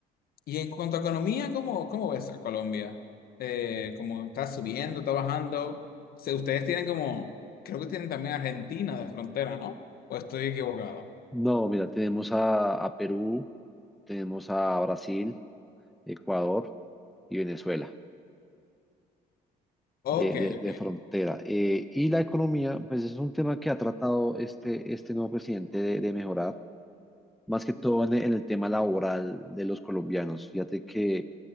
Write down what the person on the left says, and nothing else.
y en cuanto a economía, ¿cómo, cómo ves a Colombia? Eh, ¿cómo está subiendo, está bajando? Se- ustedes tienen como, creo que tienen también Argentina de frontera, ¿no? ¿O estoy equivocado?
Ok,
ok.